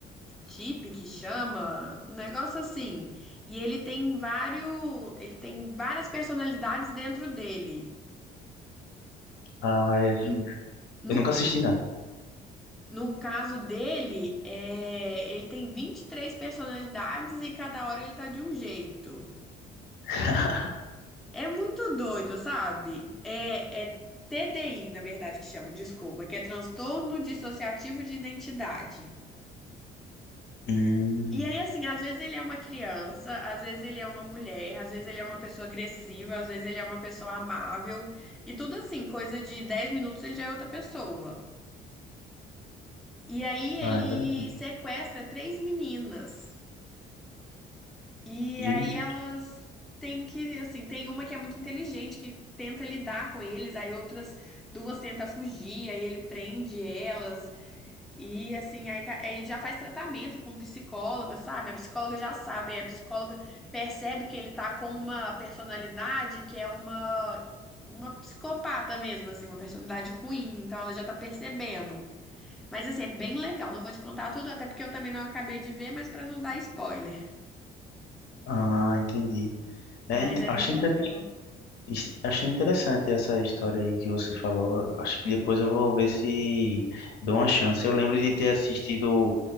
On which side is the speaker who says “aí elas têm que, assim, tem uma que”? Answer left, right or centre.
Centre